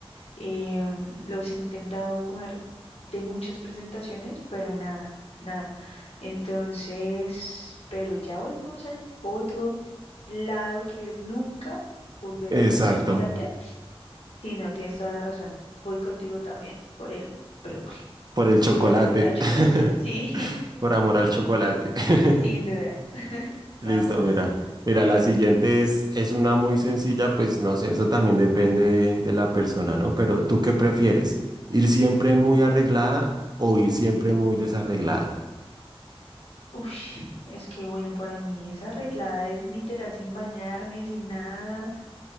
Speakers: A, on the left (about 80°); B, on the right (about 40°).
A: Eh, los he intentado comer de muchas presentaciones, pero nada, nada. Entonces, pero ya volvemos al otro lado que es nunca volver
B: Exacto.
A: a comer chocolate. Sí, no, tienes toda la razón. Voy contigo también por el brócoli,
B: Por el chocolate.
A: cubierto de cada chocolate.
B: <laughs>
A: <laughs> Sí,
B: Por amor al chocolate. <laughs>
A: sin duda.
B: Listo,
A: Vamos.
B: mira. Mira, la siguiente es, es una muy sencilla, pues no sé, eso también depende de, la persona, ¿no? Pero ¿tú qué prefieres? ¿Ir siempre muy arreglada o ir siempre muy desarreglada?
A: Ush, es que bueno, para mí esa arreglada es literal sin bañarme, sin nada,